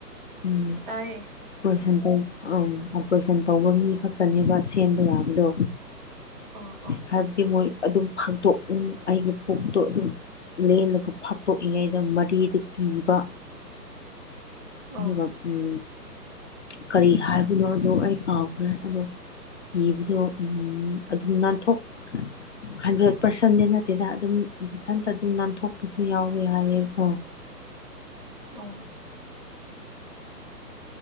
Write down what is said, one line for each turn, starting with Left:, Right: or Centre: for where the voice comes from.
Left: ꯎꯝ
Right: ꯇꯥꯏꯌꯦ
Left: ꯑꯣꯄ꯭ꯔꯦꯁꯟ ꯇꯧ ꯑꯪ ꯑꯣꯄ꯭ꯔꯦꯁꯟ ꯇꯧꯕ ꯃꯤ ꯈꯛꯇꯅꯦꯕ ꯁꯦꯝꯕ ꯌꯥꯕꯗꯣ
Right: ꯑꯣ ꯑꯣ
Left: ꯍꯥꯏꯕꯗꯤ ꯃꯣꯏ ꯑꯗꯨꯝ ꯐꯥꯡꯗꯣꯛ ꯎ ꯑꯩꯒꯤ ꯄꯨꯛꯇꯣ ꯑꯗꯨꯝ ꯂꯦꯜꯂꯒ ꯐꯥꯛꯇꯣꯛꯏꯉꯩꯗ ꯃꯔꯤꯗ ꯀꯤꯕ
Right: ꯑꯣ
Left: ꯑꯗꯨꯒ
Right: ꯑꯣ
Left: ꯎꯝ ꯀꯔꯤ ꯍꯥꯏꯕꯅꯣ ꯑꯗꯣ ꯑꯩ ꯀꯥꯎꯈ꯭ꯔꯦ ꯑꯗꯣ ꯀꯤꯕꯗꯣ ꯑꯗꯨꯝ ꯅꯥꯟꯊꯣꯛ ꯍꯟꯊꯔꯛ ꯄꯔꯁꯟꯗꯤ ꯅꯠꯇꯦꯗ ꯑꯗꯨꯝ ꯃꯊꯟꯇ ꯑꯗꯨꯝ ꯅꯥꯟꯊꯣꯛꯄꯁꯨ ꯌꯥꯎꯋꯦ ꯍꯥꯏꯌꯦꯀꯣ
Right: ꯑꯣ